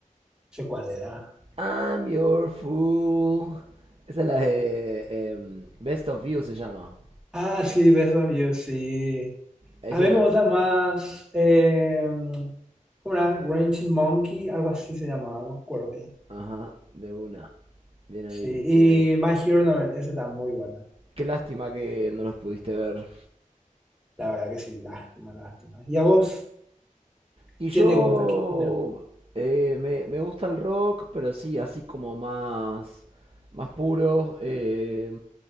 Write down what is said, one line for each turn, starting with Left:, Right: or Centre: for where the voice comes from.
Centre: No sé cuál era.
Right: I'm your fool. Esa es la de em, Best of You se llama.
Centre: Ah, sí, besos yo sí.
Right: Ese
Centre: A mí
Right: me-
Centre: me gusta más, eh, ¿cómo era? Ranching Monkey, algo así se llamaba, no me acuerdo bien.
Right: Ajá, de una. Bien ahí,
Centre: Sí,
Right: bien ahí.
Centre: y My Hero también, esa está muy buena.
Right: Qué lástima que no los pudiste ver.
Centre: La verdad que sí, lástima, lástima. ¿Y a vos?
Right: Y
Centre: ¿Qué
Right: yo
Centre: te gusta? ¿Qué género?
Right: eh, me, me gusta el rock, pero sí, así como más, más puro, eh,